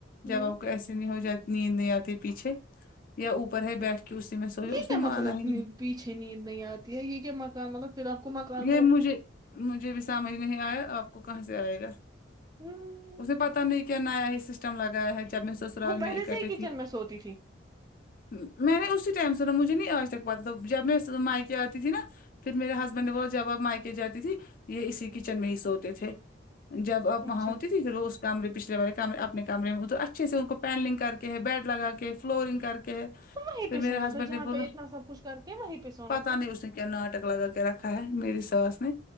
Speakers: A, on the right; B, on the left.
A: ہوں
B: جب ایسے نہیں ہو جات نیند نہیں آتی پیچھے یا اوپر ہے بیٹھ کے اس سے میں سوچا
A: یہ
B: اس
A: کیا
B: نے
A: مطلب
B: مانا ہے نہیں
A: نی- پیچھے نیند نہیں آتی ہے یہ کیا مکان والا مطلب پھر آپ کو مکان
B: یہ
A: کو
B: مجھے مجھے بھی سمجھ نہیں آیا آپ کو کہاں سے آئے گا
A: ہوں،
B: اسے پتا نہیں کیا نیا ہی سسٹم لگایا ہے جب میں سو سرال
A: وہ پہلے
B: میں اکٹے
A: سے ہی
B: تھی
A: کچن
B: ہوں
A: میں سوتی تھی
B: میں نے اسی ٹم سنا مجھے نہیں آج تک پتا تو جب میں میکے آتی تھی نا پھر میرے ہس بنے وہ جب آپ میکے جاتی تھی یہ اسی کچن میں ہی سوتے تھے جب آپ وہاں
A: اچھا
B: ہوتے رو اس کمرے پچھلے والے کمرے اپنے کمر میں تو اچھے سے ان کو پینلنگ کر کے ہے بیڈ لگا کے فلورنگ کر کے ہے
A: تو وہیں
B: پھر
A: پہ
B: میرے
A: سونا
B: ہسبینڈ
A: تھا جہاں
B: نے بولا
A: پہ اتنا سب کچھ کر کے وہیں پہ سونا
B: پتا
A: تھا
B: نہیں اس نے کیا ناٹک لگا کے رکھا ہے میری ساس نے